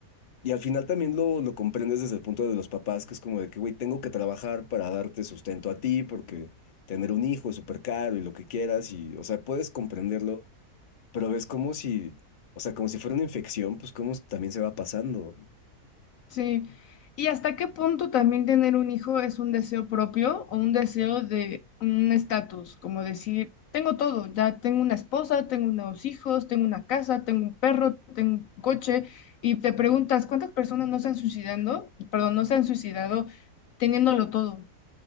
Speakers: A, on the left; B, on the left.
A: y al final también lo, lo comprendes desde el punto de los papás, que es como de que, güey, tengo que trabajar para darte sustento a ti, porque tener un hijo es súper caro y lo que quieras, y, o sea, puedes comprenderlo, pero ves como si, o sea, como si fuera una infección, pues como también se va pasando.
B: Sí. ¿Y hasta qué punto también tener un hijo es un deseo propio o un deseo de un estatus? Como decir, tengo todo, ya tengo una esposa, tengo unos hijos, tengo una casa, tengo un perro, tengo un coche, y te preguntas, ¿cuántas personas no se han suicidando? Perdón, no se han suicidado teniéndolo todo?